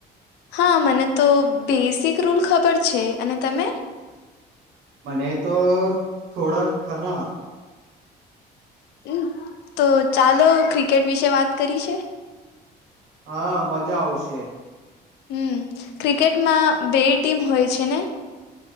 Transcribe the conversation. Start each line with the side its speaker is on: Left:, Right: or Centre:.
Left: હા મને તો બેસિક રૂલ ખબર છે અને તમે?
Right: મને તો થોડા ઘના
Left: હમ્મ તો ચાલો ક્રિકેટ વિશે વાત કરી છે.
Right: હાં મજા આવશે.
Left: હહ્મ ક્રિકેટમાં બે ટીમ હોય છે ને?